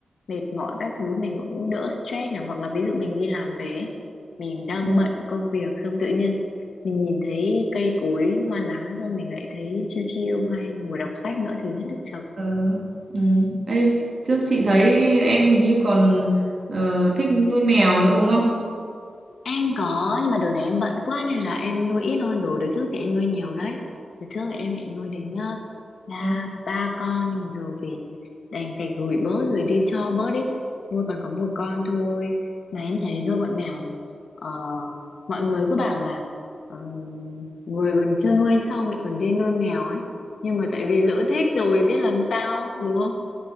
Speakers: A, on the left (about 75°); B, on the right (about 50°).
A: mệt mỏi các thứ mình cũng đỡ stress này hoặc là ví dụ mình đi làm về ấy, mình đang
B: Ừ.
A: bận công việc xong tự nhiên mình nhìn thấy cây cối hoa lá xong mình lại thấy chill chill hay ngồi đọc sách nữa thì hết nước chấm
B: Ờ. Ừ. Ê, trước chị thấy em hình như còn ờ, thích nuôi mèo nữa đúng không
A: Em có nhưng mà đợt này em bận quá nên là em nuôi ít thôi rồi đợt trước thì em nuôi nhiều đấy đợt trước thì em lại nuôi đến ờ, ba
B: ừ.
A: ba con nhưng mà giờ thì đành phải gửi bớt rồi đi cho bớt đi nuôi còn có một con thôi mà em thấy nuôi bọn mèo ờ, mọi người cứ bảo là ờ, người còn chưa nuôi xong lại còn đi nuôi mèo ấy nhưng mà tại vì lỡ thích rồi biết làm sao đúng không